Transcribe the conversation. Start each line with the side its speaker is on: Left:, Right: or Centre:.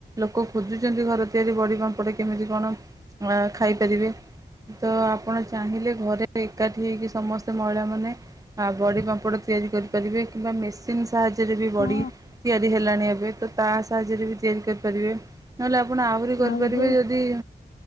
Right: ଲୋକ ଖୋଜୁଛନ୍ତି ଘର ତିଆରି ବଡ଼ି ପାମ୍ପଡ କଣ ଖାଇପାରିବେ ତ ଆପଣ ଚାହିଁଲେ ଘରେ ଏକାଠି ହୋଇକି ସମସ୍ତେ ମହିଳାମାନେ ବଡ଼ି ପାମ୍ପଡ଼ ତିଆରି କରିପାରିବେ କିମ୍ବା ମେସି ସାହାଯ୍ୟରେ ବି ବଡି
Left: ହଁ
Right: ତିଆରି ହେଲାଣି ଏବେ, ତ ତା ସାହାଯ୍ୟରେ ବି ତିଆରି କରିପାରିବେ। ନହେଲେ ଆପଣ ଆହୁରି କରିପାରିବେ
Left: ଆଉ ଯୋଉ
Right: ଯଦି